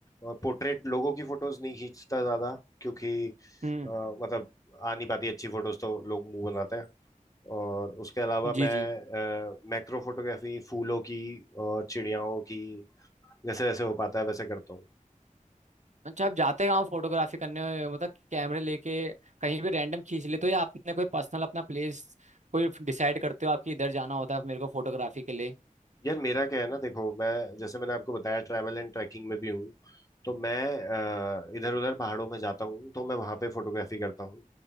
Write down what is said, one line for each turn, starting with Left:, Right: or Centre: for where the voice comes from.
Left: और पोर्ट्रेट लोगों की फोटोज नहीं खींचता ज्यादा क्योंकि अ,
Right: हम्म
Left: मतलब आ नहीं पाती अच्छी फोटोज तो लोग मुंह बनाते हैं और उसके अलावा मैं
Right: जी जी
Left: मैक्रो फोटोग्राफी फूलों की और चिड़ियाओं की जैसे जैसे हो पाता है वैसे करता हूँ
Right: अच्छा आप जाते कहाँ फोटोग्राफी करने मतलब कैमरे लेके कहीं भी रैंडम खींच लेते हो या आपने कोई पर्सनल अपना प्लेस कोई डिसाइड करते हो आपकी इधर जाना होता है मेरे को फोटोग्राफी के लिए
Left: यार मेरा क्या है ना देखो मैं जैसे मैंने आपको बताया ट्रैवल एंड ट्रैकिंग में भी हूँ तो मैं इधर उधर पहाड़ों में जाता हूँ तो मैं वहां पे फोटोग्राफी करता हूँ